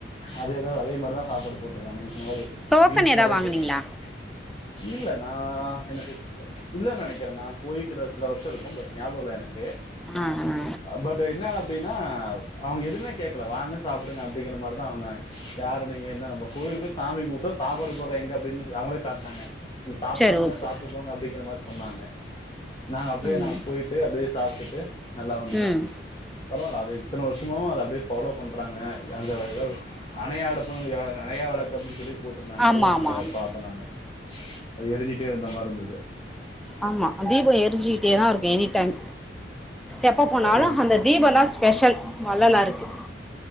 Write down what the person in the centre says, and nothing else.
டோக்கன்
எதா
வாங்குனீங்களா
ஆ ஆ
சரி ஓகே
ம்
ம்
ஆமா
ஆமா ஆமா
ஆமா தீபொ எரிஞ்சுக்கிட்டேதா இருக்கு எனி டேன் எப்போ போனாலு
அந்த தீபொந்தா ஸ்பெஷல் வள்ளலாருக்கு